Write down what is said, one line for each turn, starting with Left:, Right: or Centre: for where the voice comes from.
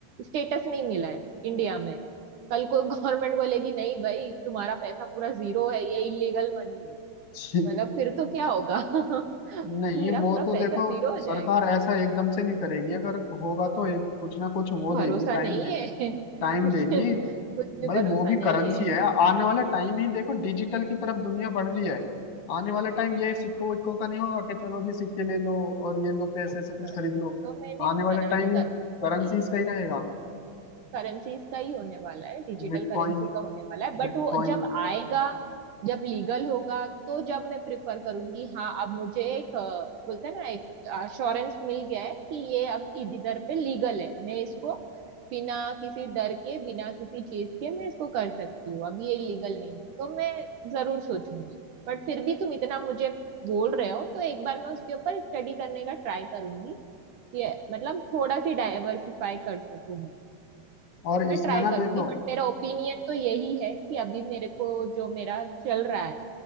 Right: स्टेटस नहीं मिला है इंडिया में कल को गवर्नमेंट बोलेगी नहीं भाई तुम्हारा पैसा पूरा जीरो है ये इलीगल मनी है
Left: छी-
Right: मतलब फिर तो क्या होगा <laughs>
Left: नहीं
Right: मेरा
Left: वो
Right: पूरा
Left: तो
Right: पैसा
Left: देखो
Right: जीरो हो
Left: सरकार
Right: जाएगा
Left: ऐसा एकदम से नहीं करेगी अगर होगा तो एक कुछ ना कुछ वो
Right: भरोसा
Left: देगी टाइम
Right: नहीं
Left: दे
Right: है <laughs>
Left: टाइम
Right: कुछ
Left: देगी
Right: कुछ भी
Left: भाई
Right: भरोसा
Left: वो भी
Right: नहीं
Left: करेंसी
Right: है
Left: है आने वाला टाइम ही देखो डिजिटल की तरफ दुनिया बढ़ रही है आने वाला टाइम ये सिक्कों विक्कों का नहीं होगा कि चलो जी सिक्के ले लो और ये लो पैसे
Right: नहीं,
Left: से कुछ खरीद लो
Right: वो तो मैं भी
Left: आने
Right: मना
Left: वाला
Right: नहीं
Left: टाइम ही
Right: कर रही हूँ
Left: करेंसीज
Right: कि
Left: का ही रहेगा
Right: करेंसीज का ही होने वाला है डिजिटल
Left: Bitcoin
Right: करेंसी का होने वाला है बट
Left: bitcoin
Right: वो जब आएगा जब लीगल होगा तो जब मैं प्रिफर करूंगी हाँ अब मुझे एक अ, बोलते हैं ना एक अश्योरेंस मिल गया है कि ये अब इधर पे लीगल है मैं इसको बिना किसी डर के बिना किसी चीज के मैं इसको कर सकती हूँ अब ये लीगल नहीं है। तो मैं जरूर सोचूंगी बट फिर भी तुम इतना मुझे बोल रहे हो तो एक बार मैं उसके ऊपर स्टडी करने का ट्राई करूंगी ये मतलब थोड़ा सी डाइवर्सिफाई कर सकूं मैं
Left: और इसमें
Right: मैं ट्राई
Left: ना
Right: करूंगी
Left: देखो
Right: बट मेरा ओपिनियन तो यही है कि अभी मेरे को जो मेरा चल रहा है